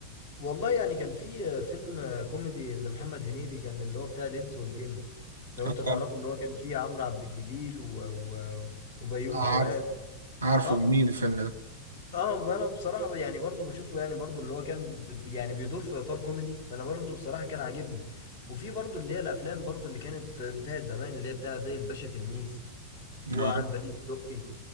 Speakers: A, on the left (about 45°); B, on the right (about 75°).
A: والله يعني كان في آه، فيلم آه، كوميدي لمحمد هنيدي كان اللي هو بتاع الإنس والجن لو
B: آه،
A: انت تعرفه اللي هو كان فيه عمرو عبد الجليل و... و... وبيومي
B: عارف
A: فؤاد
B: عارفه
A: اه
B: جميل الفيلم ده
A: اه انا بصراحة يعني برضو بشوفه يعني برضو اللي هو كان ب... يعني بيدور في اطار كوميدي فانا برضو بصراحة كان عاجبني وفي برضو اللي هي الافلام برضو اللي كانت بتاعت زمان اللي هي بتاع زي الباشا تلميذ وعندليب
B: اه
A: الدقي